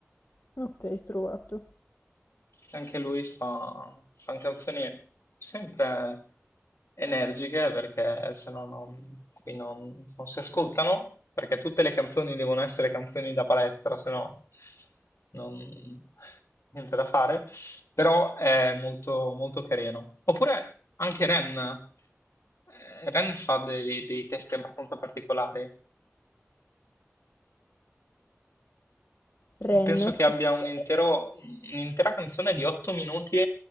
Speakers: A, on the left; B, on the left.
A: ok, trovato.
B: che anche lui fa, fa canzoni sempre energiche perché se no non, qui non, non si ascoltano, perché tutte le canzoni devono essere canzoni da palestra, se no non, niente da fare, però è molto, molto carino. Oppure anche Ren, Eh, Ren fa dei, dei testi abbastanza particolari.
A: Ren,
B: Penso che
A: scritto.
B: abbia un intero- un'intera canzone di 8 minuti